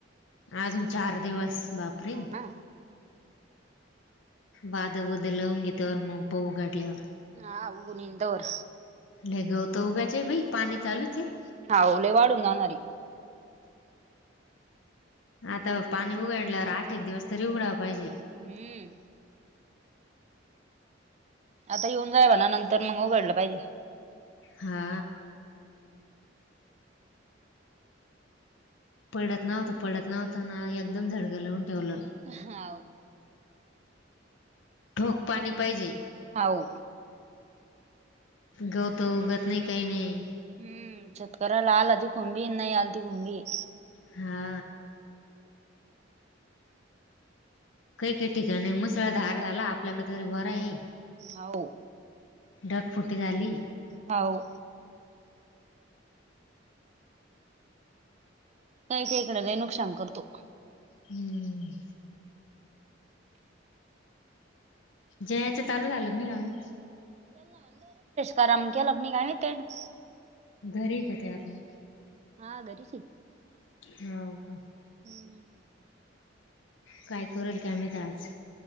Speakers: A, on the left; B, on the right.
A: अजून चार दिवस. बापरे
B: हाव ना.
A: बाद बुद लावून घे तवर मग पाहु उघाडल्यावर.
B: हा उगून येईन तवर.
A: लई गवत उघाचे बाई पाणी चालूचये.
B: हा ओ लई वाढून जाणारे.
A: आता पाणी उघडल्यावर आठ एक दिवस तरी उघडावा पाहिजे.
B: हम्म आता येऊन जाय म्हणा नंतर मग उघडलं पाहिजे.
A: हा. पडत नव्हता पडत नव्हता ना एकदम झडग लावून ठेवलं.
B: हाव.
A: ठोक पाणी पाहिजे.
B: हाव.
A: गौत उगत नाही काही नाही.
B: हम्म शेतकरला आल तीकुन भी अन् नाही आल तीकुन भीये.
A: हा. काही काही ठिका नाही मुसळधार झाला आपल्याकडे तरी बरंय.
B: हाव.
A: ढगफुटी झाली.
B: हाव. काही काही इकड लय नुकसान करतो.
A: हम्म. जयाचं चालू झालं की नाही कानू.
B: तर अमक्या लग्नी काय ते ना <unintelligible>
A: घरीय का ते आता.
B: हा घरीच
A: हो का
B: आहे
A: काय करेल की आम्ही त आज